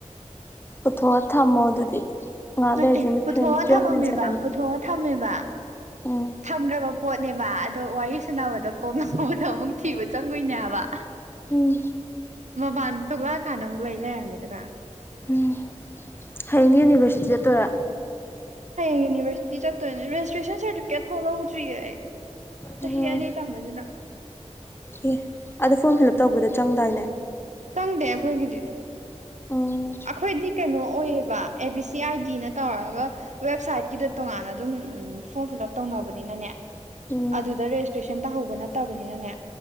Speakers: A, on the left; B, on the right.
A: ꯄꯨꯊꯣꯛꯑ ꯊꯝꯃꯣ ꯑꯗꯨꯗꯤ ꯉꯥꯏꯍꯥꯛ
B: ꯅꯠꯇꯦ
A: ꯂꯩꯔꯗꯤ ꯃꯨꯠꯈ꯭ꯔꯅꯤ
B: ꯄꯨꯊꯣꯛꯑ
A: ꯇꯨꯋꯦꯜꯐ
B: ꯊꯃꯝꯃꯦꯕ
A: ꯃꯤꯅꯠꯁ ꯈꯛꯇꯅꯤ
B: ꯄꯨꯊꯣ ꯊꯝꯃꯦꯕ
A: ꯎꯝ
B: ꯊꯝꯈ꯭ꯔꯕ ꯄꯣꯠꯅꯦꯕ ꯑꯗꯣ ꯋꯥꯔꯤ ꯁꯥꯟꯅꯕꯗꯣ ꯀꯣꯛꯉꯥꯎꯑꯦ ꯑꯗꯣ ꯑꯃꯨꯛ ꯊꯤꯕ ꯆꯪꯉꯣꯏꯅꯦ ꯍꯥꯏꯕ
A: ꯎꯝ
B: ꯃꯄꯥꯟꯗ ꯊꯣꯛꯂꯛꯑꯀꯥꯟꯗ ꯑꯃꯨꯛ ꯂꯩ ꯂꯩꯔꯝꯃꯤꯗꯨꯒ
A: ꯎꯝ ꯍꯌꯦꯡꯅꯤ ꯌꯨꯅꯤꯚꯔꯁꯤꯇꯤ ꯆꯠꯇꯣꯏꯔ
B: ꯍꯌꯦꯡ ꯌꯨꯅꯤꯚꯔꯁꯤꯇꯤ ꯆꯠꯇꯣꯏꯅꯦ ꯔꯦꯖꯤꯁꯇ꯭ꯔꯦꯁꯟ ꯁꯥꯔꯇꯤꯐꯤꯀꯦꯠ ꯐꯥꯎ ꯂꯧꯗ꯭ꯔꯤꯌꯦ ꯑꯩ ꯆꯍꯤ
A: ꯑꯣ
B: ꯑꯅꯤ ꯇꯝꯕꯁꯤꯅ
A: ꯑꯦ ꯑꯗꯣ ꯐꯣꯔꯝ ꯐꯤꯜꯞ ꯇꯧꯕꯗ ꯆꯪꯗꯥꯏꯅꯦ
B: ꯆꯪꯗꯦ ꯑꯩꯈꯣꯏꯒꯤꯗꯤ
A: ꯎꯝ
B: ꯑꯩꯈꯣꯏꯗꯤ ꯀꯩꯅꯣ ꯑꯣꯏꯌꯦꯕ ꯑꯦ ꯕꯤ ꯁꯤ ꯑꯥꯏ ꯗꯤꯅ ꯇꯧꯔꯒ ꯋꯦꯕꯁꯥꯏꯠꯀꯤꯗ ꯇꯣꯉꯥꯟꯅ ꯑꯗꯨꯝ ꯎꯝ ꯐꯣꯔꯝ ꯐꯤꯜ ꯑꯞ ꯇꯧꯅꯕꯅꯤꯅꯅꯦ
A: ꯎꯝ
B: ꯑꯗꯨꯗ ꯔꯦꯖꯤꯁꯇ꯭ꯔꯦꯁꯟ ꯇꯥꯍꯧꯕ ꯅꯠꯇꯕꯅꯤꯅꯅꯦ